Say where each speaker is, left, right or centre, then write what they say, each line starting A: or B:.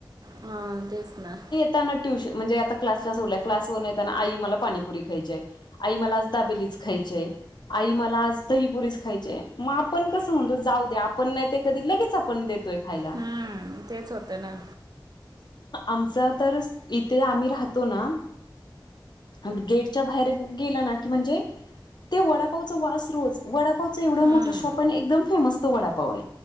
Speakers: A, on the right; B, on the left.
A: हा तेच ना.
B: त्याना ट्यूश म्हणजे आता क्लासला सोडलय, क्लासवरनं येता ना आई मला पाणीपुरी खायची हाय, आई मला आज दाबेलीच खायचे, आई मला आज दहीपुरीस खायचेय. म आपण कसं म्हणतो जाऊ द्या, आपण नाही ते कधी लगेच आपण देतोय. खायला
A: हम्म तेच होतं ना.
B: आमचा तर इथे आम्ही राहतो ना गेटच्या बाहेर गेलं ना कि म्हणजे ते वडापावच वास रोज, वडापावच एवढं
A: हम्म
B: मोठं शॉप आणि एकदम फेमस तो वडापाव हाय